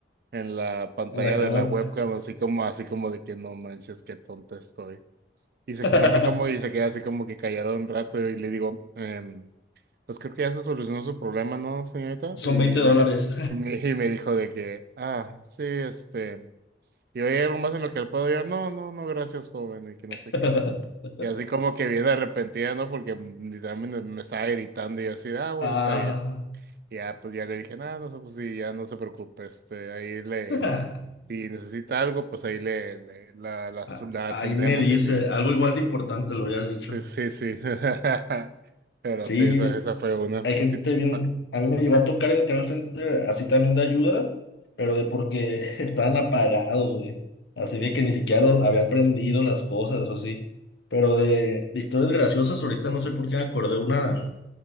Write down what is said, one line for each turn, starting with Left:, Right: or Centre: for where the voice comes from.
Right: en la pantalla
Left: En la
Right: de
Left: cámara.
Right: la webcam, así como, así como de que no manches, qué tonta estoy. Y se
Left: <laughs>
Right: queda así como, y se queda así como que callado un rato y le digo, em, pues creo que ya se solucionó su problema, ¿no, señorita?
Left: Son
Right: Y
Left: veinte dólares.
Right: me, y me, y me dijo de que, ah, sí, este... Y oye, algo más en lo que le puedo yo, no, no, no, gracias, joven, y que no
Left: <laughs>
Right: sé qué. Y así como que viene arrepentida, ¿no? Porque mm, también me me estaba gritando y yo así, ah, bueno,
Left: Ah.
Right: está bien. Y ya, pues ya le dije, nada, no sé, pues sí, ya no se preocupe, este, ahí le,
Left: <laughs>
Right: si necesita algo, pues ahí le, le- la, la,
Left: Ah,
Right: su- la
Left: Ahí
Right: atendemos
Left: me dice,
Right: y así.
Left: algo igual de importante lo hubieras dicho.
Right: Sí, sí, sí. <laughs> Pero
Left: Sí,
Right: sí, esa, esa fue una.
Left: hay
Right: No
Left: gente
Right: te-
Left: bien,
Right: no te-
Left: a mí me llegó a tocar en el call center así también de ayuda, pero de porque <laughs> estaban apagados, güey. Así de que ni siquiera lo- habían prendido las cosas, o sí. Pero de, de historias graciosas, ahorita no sé por qué me acordé una